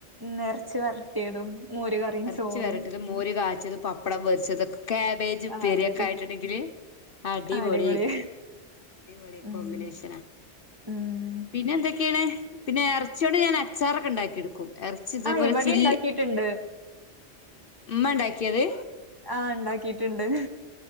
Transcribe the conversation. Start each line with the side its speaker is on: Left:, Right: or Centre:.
Right: ഉം എർച്ചി വരെട്ടിയെതും മോര്കറിം
Left: ഇറച്ചി
Right: ചോറും
Left: വരട്ടത് മോര് കാച്ച്യത് പപ്പടം പൊരിച്ചതൊക്കെ കാബേജ് ഉപ്പേര്യൊക്കെ
Right: ആഹ് അതെ അതെ
Left: ആയിട്ട്ണ്ടെങ്കില് അടിപൊള്യേയ്ക്കാരം
Right: അടിപൊളി
Left: അടിപൊളി
Right: ഉം
Left: കോമ്പിനേഷെനാ
Right: ഉം
Left: പിന്നെ എന്തൊക്കേണ് പിന്നെ എറച്ച്യോണ്ട് ഞാൻ അച്ചാറൊക്കെ ണ്ടാക്കി എട്ക്കും എർച്ചി ഇതേപോലെ
Right: ആഹ് ഇവിടെ
Left: ചില്ലി
Right: ഇണ്ടാക്കിയിട്ടുണ്ട്
Left: ഇമ്മണ്ടാക്ക്യെത്
Right: ആഹ് ഇണ്ടാക്കീട്ട്ണ്ട്